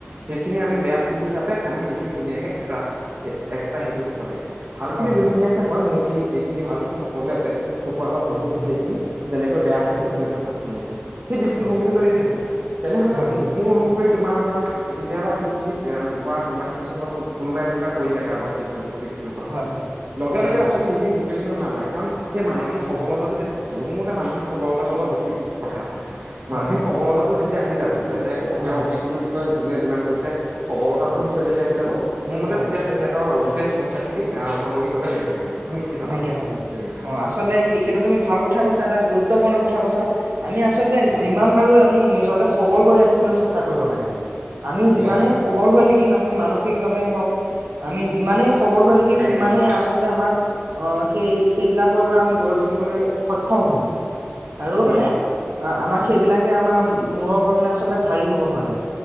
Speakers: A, on the right (about 55°); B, on the right (about 75°).
A: সেইখিনি আমি বেয়া স্মৃতি হিচাপে আমি শে- কিনি ধুনীয়াকে এটা এক্সট্ৰা সেই কৰি থ'ব লাগে ভালখিনি
B: হয় হয়
A: যোনখিনি আছে হয় মোক। খিনি এইখিনি ভাল হৈছে সকলোৱে চকুৰ আগত ভাঙি
B: হয়
A: আছে এইখিনি যেনেকৈ বেয়া
B: হয়
A: খিনি
B: হয় হয় হয়
A: আছে তেনেকে ভাল খিনি আছে। সেই দৃষ্টিভংগীটো
B: অ
A: যদি থাকে, তেনেহ'লে
B: হয় হয়
A: মোৰ অনুসৰি। তোমাৰ ধৰা কেতিয়াবা সেইখিনি ধৰা কোনোবা খিনি ধৰক কোনোবাই যেনিবা কৰি দিলে কাৰোবা অতীতটো অতিতটোৰ কথা,
B: হয় হয়
A: লগে
B: হয়
A: লগে আচলতে সেইখিনি ডিপ্ৰেশ্যনত নাযায় কাৰণ সেই মানসিক সবলতাটো
B: হয়
A: যে। মোৰ মতে মানসিক সবলতাৰ লগত বেছি কথা আছে। মানসিক
B: হয় হয়
A: সবলতাটো যেতিয়া আহি যাব যে তেওঁৰ
B: হয়
A: অতীতটোৰ বিষয়ে যোনে যিমান কৈছে, সবলতাটোৰ
B: হয়
A: বিষ- ষয়ে যেতিয়া শিকাব মোৰ মতে
B: হয়
A: তেতিয়া তেখেতৰ গোটেই সমস্যাখিনি সামগ্ৰিকভাৱে নাইকিয়া হৈ যাব। তুমি কি ভাবা
B: নাইকিয়া হৈ যাব
A: এইটো বিষয়ে?
B: অ আচলতে সেই সেইটো তুমি ভাল কথা কৈছা এটা গুৰুত্বপূৰ্ণ কথা কৈছা। আমি আচলতে
A: হয়
B: যিমান পাৰো আমি নিজকে সবল কৰি ৰাখিবলৈ চেষ্টা কৰিব লাগে। আমি যিমানেই
A: হয় হয়
B: সবল হৈ থাকিম আমি মানসিকভাৱে হওঁক। আমি যিমানেই সবল হৈ থাকিম
A: শাৰীৰিক
B: সিমানেই আচলতে আমাক। অ সেই সেইবিলাকৰ পৰা আমি দূৰত থাকিবলৈ সক্ষম হম। আৰু
A: হয়
B: মানে
A: হয়
B: আ আমাৰ। সেইবিলাকে আমাৰ মূৰৰ ওপৰত মানে আচলতে ভাৰী হ'ব নোৱাৰে।